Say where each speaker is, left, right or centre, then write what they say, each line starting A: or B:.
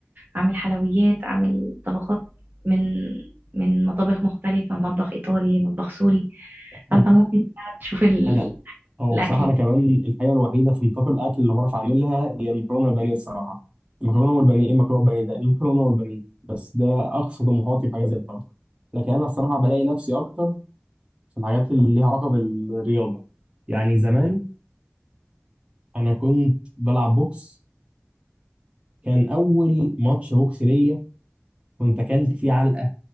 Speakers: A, on the right; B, on the right.
A: اعمل حلويات اعمل طبخات من من مطابخ مختلفة مطبخ ايطالي مطبخ سوري
B: <laughs>
A: فانت ممكن فعلا تشوف ال...
B: انا هو
A: الاكل
B: بصراحة انا كمان الحاجة الوحيدة في نطاق الاكل اللي بعرف اعملها هي المكرونة والبانيه الصراحة المكرونة والبانيه ايه المكرونة والبانيه ده المكرونة والبانيه بس ده اقصى طموحاتي في حاجة زي الطبخ لكن انا الصراحة بلاقي نفسي اكتر في الحاجات اللي ليها علاقة بالرياضة يعني زمان انا كنت بلعب بوكس كان اول ماتش بوكس ليا كنت اكلت فيه علقة